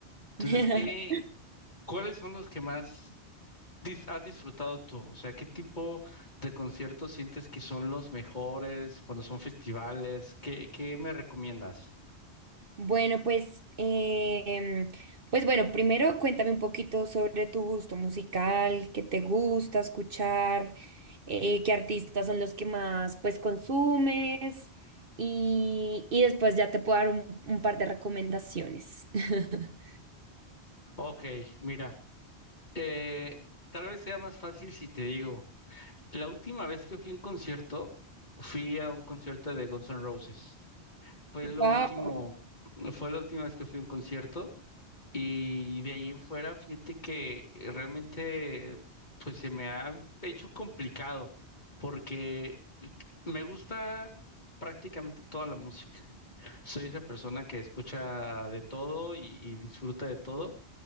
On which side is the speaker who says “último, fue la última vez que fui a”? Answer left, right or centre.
Left